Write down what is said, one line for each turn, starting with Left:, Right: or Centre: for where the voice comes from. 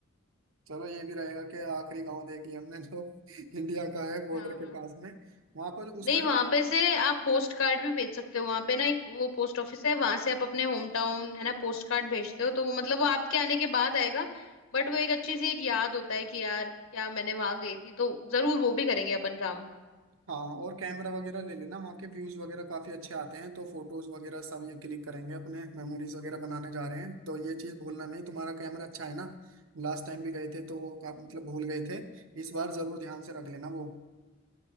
Right: चलो ये भी रहेगा कि आखिरी गांव देख लिया हमने जो <laughs> इंडिया का है बॉर्डर
Left: हाँ
Right: के पास में वहां पर उसका
Left: नहीं वहां पे से आप पोस्ट कार्ड भी भेज सकते हो वहां पे ना एक वो पोस्ट ऑफिस है वहां से आप अपने होम टाउन है ना पोस्ट कार्ड भेजते हो तो वो मतलब वो आपके आने के बाद आएगा बट वो एक अच्छी सी एक याद होता है कि यार क्या मैंने वहां गई थी तो जरूर वो भी करेंगे अपन काम
Right: हाँ और कैमरा वगैरह ले लेना वहाँ के व्यूज वगैरह काफी अच्छे आते हैं तो फोटोज वगैरह सब ये क्लिक करेंगे अपने मेमोरीज वगैरह बनाने जा रहे हैं तो ये चीज भूलना नहीं तुम्हारा कैमरा अच्छा है ना लास्ट टाइम भी गए थे तो वो का- मतलब भूल गए थे इस बार जरूर ध्यान से रख लेना वो